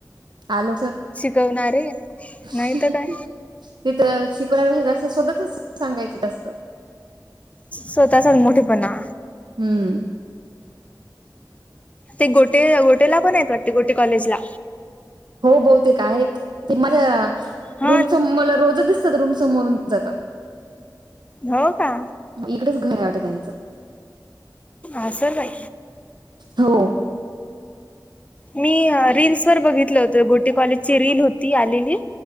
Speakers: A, on the right; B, on the left.
A: आलोकस
B: शिकवणारे.
A: तिथ
B: नाही तर काय
A: शिकवय <unintelligible> जास्त स्वतःचच सांगायचं जास्त
B: स्वतःचाच मोठेपणा.
A: हम्म.
B: ते गोटे गोटेला पण आहेत वाटते गोटे कॉलेजला.
A: हो बहुतेक आहेत ते माझ्या
B: हा
A: रूमच मला रोजच दिस रूम समोरून जातात.
B: हो का?
A: इकडेच घर आहे वाटे त्यांचं.
B: असल बाई.
A: हो.
B: मी रेल्सवर बघितलं होतं गोटी कॉलेजची रील होती आलेली.